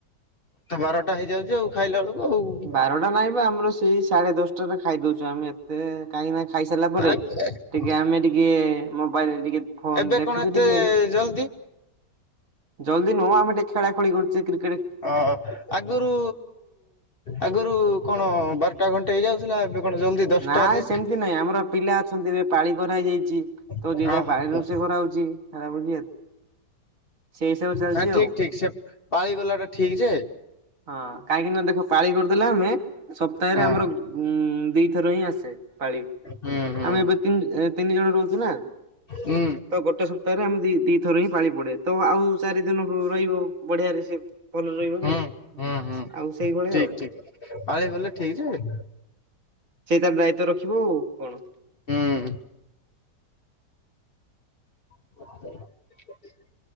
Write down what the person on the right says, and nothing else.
ବାରଟା ନାହିଁ ବା ଆମର ସେଇ ସାଢେ ଦଶଟାରେ ଖାଇ ଦଉଛୁ ଆମେ ଏତେ କାହିଁନା ଖାଇ ସାରିଲା ପରେ
ଟିକେ ଆମେ ଟିକେ ମୋବାଇଲ ଟିକେ ଫୋନ
ଦେଖୁଛୁ
ଟିକେ।
ଜଲ୍ଦି ନୁହଁ ଆମେ ଟିକେ ଖେଳାଖେଳି କରୁଛେ କ୍ରିକେ
ନାଇଁ
ସେମିତି ନାଇଁ ଆମର ପିଲା ଅଛନ୍ତି ଏବେ ପାଳି କରା ହେଇଯାଇଛି। ତ
ଯିଏ ଯାହା
ପାଳି ରୋଷେଇ କରାହଉଛି ହେରା ବୁଝି ସେଇ ହିସାବରେ ଚାଲିଛି
ଆଉ।
ହଁ କାହିଁକି ନା ଦେଖ ପାଳି କରିଦେଲେ ଆମେ ସପ୍ତାହରେ
ଆମର ଉଁ ଦିଥର ହିଁ ଆସେ। ପାଳି
ଆମେ ଏବେ ତିନି ତିନି ଜଣ ରହୁଛୁ ନା।
ତ ଗୋଟେ ସପ୍ତାହରେ ଆମେ ଦି ଦିଥର ହିଁ ପାଳି ପଡେ ତ ଆଉ ଚାରି ଦିନ ବୁ ରହିବ। ବଢିଆରେ ସେ ଭଲ ରହିବ
କି ନାଇଁ।
ଆଉ ସେଇଭଳିଆ
ଆଉ।
ସେଇ ତା ଦାୟିତ୍ଵ ରଖିବୁ କଣ।